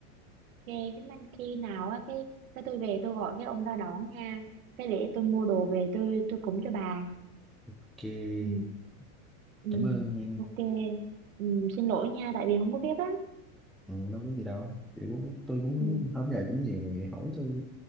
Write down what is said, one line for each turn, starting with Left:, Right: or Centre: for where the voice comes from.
Right: ghê cái bánh khi nào á cái cái tôi về tôi gọi cái ông ra đón nha cái để tôi mua đồ về tôi tôi cúng cho bà
Centre: ok
Right: ừ ừ
Centre: cảm ơn nha
Right: ok ừ, xin lỗi nha tại vì không có biết á
Centre: ừ, đâu có gì đâu kiểu tôi cũng
Right: ừ
Centre: hôm nay cũng nhiều người hỏi tôi